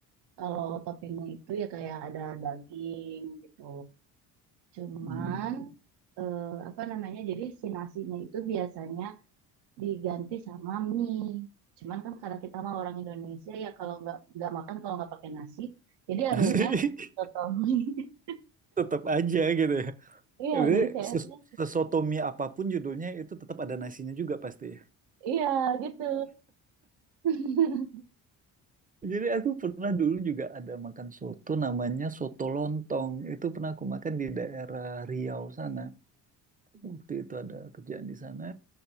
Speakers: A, on the right (about 70°); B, on the right (about 20°).
A: kalau toppingnya itu ya kayak ada daging gitu. Cuman
B: Hmm.
A: eh, apa namanya? Jadi si nasinya itu biasanya diganti sama mie. Cuman kan karena kita mah orang Indonesia ya kalau nggak nggak makan kalau nggak pakai nasi, jadi
B: <laughs> Asik.
A: akhirnya soto mie. <laughs>
B: tetap aja gitu ya.
A: Iya,
B: Jadi
A: jadi kayaknya
B: ses- sesoto mie apapun judulnya itu tetap ada nasinya juga pasti.
A: iya gitu. <laughs>
B: Jadi aku pernah dulu juga ada makan soto namanya soto lontong. Itu pernah aku makan di daerah Riau sana. Waktu itu ada kerjaan di sana.